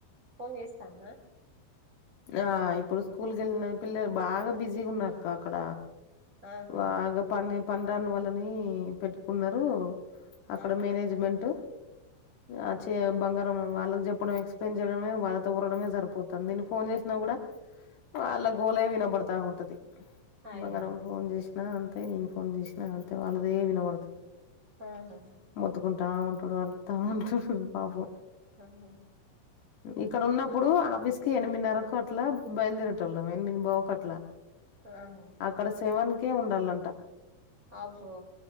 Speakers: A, on the right; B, on the left.
A: ఫోన్ చేస్తా ఉందా
B: ఆ ఇప్పుడు స్కూల్కెళ్ళిన పిల్లలు బాగా బిజీగున్నారు కా అక్కడ
A: ఆహా
B: బాగా పని పనిరాని వాళ్ళనీ పెట్టుకున్నారు అక్కడ
A: ఆహా
B: మేనేజ్మెంటు ఆచి తే బంగారం వాళ్ళకి చెప్పడం ఎక్స్ప్లెయిన్ చేయడమే వాళ్ళతో ఊరడమే సరిపోతుంది నేను ఫోన్ చేసినా కూడా వాళ్ళ గోలే వినబడతా ఉంటది
A: అయ్యో
B: బంగారం ఫోన్ చేసినా అంతే నేను ఫోన్ చేసినా అంతే వాళ్ళదే వినబడుతు
A: ఆహొ
B: మొత్తుకుంటా ఉంటడు వరతా ఉంట <unintelligible> పాపం
A: అన్నం
B: ఇక్కడ ఉన్నప్పుడు ఆఫీస్ కి ఎనిమిదిన్నరకు అట్లా బయలుదేరేటోళ్ళం ఎనిమిం పావు కి అట్లా
A: ఆహ్
B: అక్కడ సెవెన్ కే ఉండాలంట
A: అబ్బో